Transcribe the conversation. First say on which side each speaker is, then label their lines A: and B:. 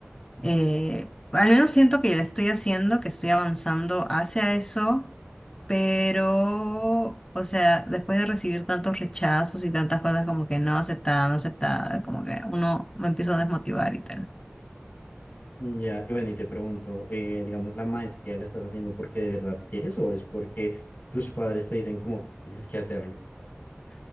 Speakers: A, on the left; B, on the left.
A: eh, al menos siento que la estoy haciendo, que estoy avanzando hacia eso. Pero, o sea, después de recibir tantos rechazos y tantas cosas como que no aceptada, no aceptada, como que uno me empiezo a desmotivar y tal.
B: Mm, Ya, y bueno, y te pregunto, eh, digamos, ¿la maestría la estás haciendo porque de verdad quieres o es porque tus padres te dicen como tienes que hacerlo?